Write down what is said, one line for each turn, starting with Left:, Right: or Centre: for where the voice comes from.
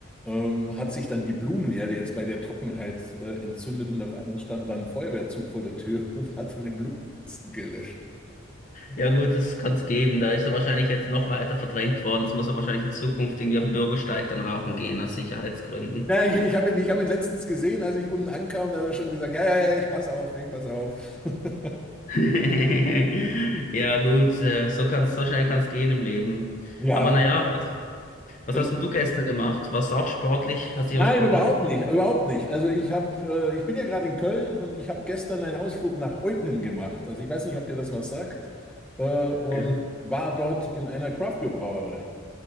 Centre: ähm, hat sich dann die Blumenerde jetzt bei der Trockenheit äh, entzündet und auf einmal stand dann ein Feuerwehrzug vor der Tür <laughs> und hat dann den Blumenkasten gelöscht.
Left: Ja gut, das kann's geben. Da ist er wahrscheinlich jetzt noch weiter verdrängt worden. Jetzt muss er wahrscheinlich in Zukunft irgendwie auf den Bürgersteig dann rauchen gehen, aus Sicherheitsgründen.
Centre: Ja, ich, ich habe ihn, ich hab ihn letztens gesehen, als ich unten ankam, da hat er schon gesagt, ja, ja, ja, ich passe auf, ich passe auf. <laughs>
Left: <laughs> Ja gut, äh, so kann's, so schnell kann's gehen im Leben.
Centre: Ja,
Left: Aber naja, was, was
Centre: so-
Left: hast denn du gestern gemacht? Warst du auch sportlich? Hast dich
Centre: Nein,
Left: auch sportlich
Centre: überhaupt
Left: betätigt?
Centre: nicht, überhaupt nicht. Also ich habe, äh, ich bin ja gerade in Köln und ich habe gestern einen Ausflug nach Eupen gemacht. Also ich weiß nicht, ob dir das was sagt, äh, und
Left: gehört?
Centre: war dort in einer Craftbeer-Brauerei.